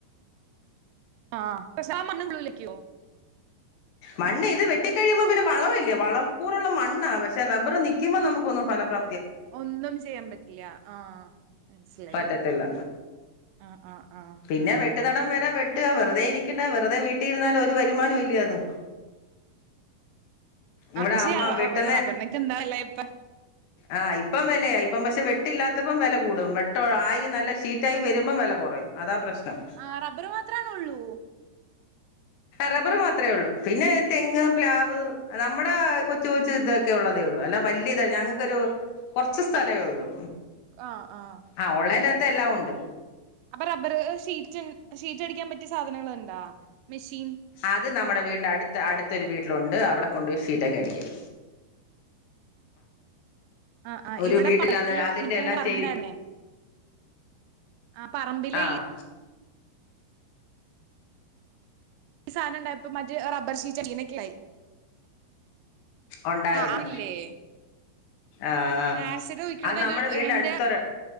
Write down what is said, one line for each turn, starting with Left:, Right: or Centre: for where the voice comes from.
Right: ആഹ് പക്ഷെ ആ മണ്ണ കൂലക്കുവോ
Left: മണ് ഇത് വെട്ടിക്കഴിയുമ്പോ പിന്നെ വളവല്ല വളക്കൂറുള്ള മണ്ണണ് പക്ഷെ ബർ നൽക്കുമ്പോന്നും ഫലപ്ര
Right: ഒന്നും ചെയ്യാൻ പറ്റില്ല ആഹ് മനസിലായി
Left: പറ്റത്തില്ല
Right: ആ ആഹ് ആഹ്
Left: പിന്നെ വെട്ടുതട വരെ വെട്ടുക വെറുതെ ഇരിക്കണ്ട വെറുതെ വീട്ടിരുന്നാലും ഒരു വരുമാനം ഇല്ല അതും ഇവിടെ
Right: അത് ശെരിയാ
Left: അമ്മ വെട്ടുന്ന
Right: റബ്ബറിനൊക്കെ എന്താവല്ല ഇപ്പൊ
Left: ആഹ് ഇപ്പം വിലയായി ഇപ്പം പക്ഷെ വെട്ടില്ലാത്തപ്പം വില കൂടും വെട്ട ആയി നല്ല ഷീറ്റ ആയി വരുമ്പം വില കുറയും അതാ പ്രശ്നം
Right: ആഹ് റബർ മാത്രണ ഉള്ളൂ
Left: റബ്ബർ മാത്രേ ഉള്ളൂ പിന്നെ തെങ്ങ് പ്ലാവ് നമ്മുടെ കൊച്ചു കൊച്ചു ഇതൊക്കെ ഉള്ളതേ ഉള്ളു അല്ല വല്ല്യ ഇത ഞങ്ങൾക്കൊരു കുറച്ച സ്ഥലമേ ഉള്ളൂ
Right: ആഹ് ആഹ്
Left: ആഹ് ഓൺലൈൻ്റകത്ത് എല്ലാം ഉണ്ട്
Right: അപ്പൊ റബ്ബർ ഷീറ്റ് ഷീറ്റ് അടിക്കാൻ പറ്റിയ സാധനങ്ങൾുണ്ടാ മെഷീൻ
Left: അത് നമ്മുടെ വീടിന്റെ അടു അടുത്തൊരു വീട്ടിലുണ്ട് അവിടെ കൊണ്ടുപയി ഷീറ്റൊക്കെ അടിക്കും
Right: ആഹ് ആഹ്
Left: ഒരു
Right: ഇവിടെ
Left: വീട്ടിൽ
Right: പടക്കില്
Left: അത് അതിന്റെ
Right: നിനക്ക്
Left: എല്ലാം
Right: അങ്ങനെ പറമ്പണ്ടന്നേ
Left: ചെയ്ത്
Right: ആഹ് പറമ്പില്
Left: ആഹ്
Right: ഈ ഈ സാനം ണ്ടായപ്പൊ മജ റബ്ബർ ഷീറ്റ് ചീനക്ക്ലായി.
Left: ഒണ്ടായിരുന്നു
Right: അതില്ലേ
Left: ആഹ്.
Right: ആസിഡ് ഒഴിക്ണത്
Left: അത് നമ്മടെ വീടിന്റെ
Right: എന്റെ
Left: അടുത്തൊരു